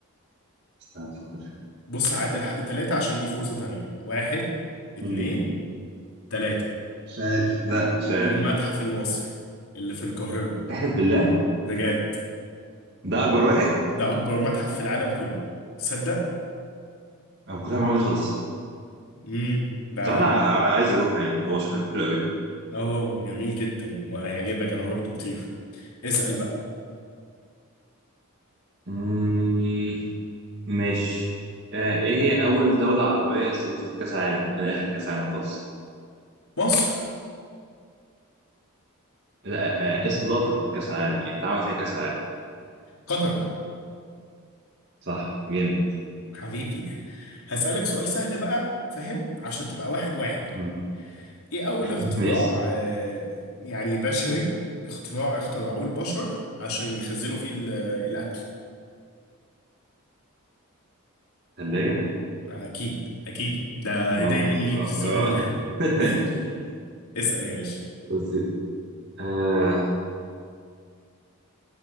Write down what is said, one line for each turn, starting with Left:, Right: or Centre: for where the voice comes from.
Right: استنى افكر فيها
Left: بص هعد لحد ثلاثة عشان دي فرصة تانية واحد اتنين
Right: مم.
Left: تلاتة
Right: مش عارف لا مش عارف
Left: المتحف المصري اللي في القاهرة
Right: احلف بالله
Left: بجد
Right: ده اكبر واحد
Left: ده اكبر متحف في العالم كله تصدق
Right: انا ما كنتش عارف المعلومة دي خالص
Left: امم ده
Right: مش عارف أنا عايز اروحه يعني هو شكله حلو قوي
Left: اه جميل جدا وهيعجبك انا روحته كتير اسأل بقى
Right: مم، ماشي آه، ايه هي اول دولة عربية استضافت كأس العالم من اخر كأس العالم خالص
Left: مصر
Right: لا آه، استضافت كأس العالم يعني اتعمل فيها كأس العالم
Left: قطر
Right: صح جامد
Left: حبيبي هسألك سؤال سهل بقى فاهم عشان تبقى واحد واحد
Right: مم.
Left: ايه اول
Right: <laughs>
Left: اختراع
Right: ماشي
Left: آه، يعني بشري اختراع اخترعوه البشر عشان يخزنوا فيه ال- الاكل
Right: ثلاجة
Left: يعني اكيد اكيد ده هدية
Right: اه
Left: مني ليك
Right: آه،
Left: السؤال
Right: آه.
Left: ده
Right: <laughs>
Left: <laughs> اسأل يا باشا
Right: رز آه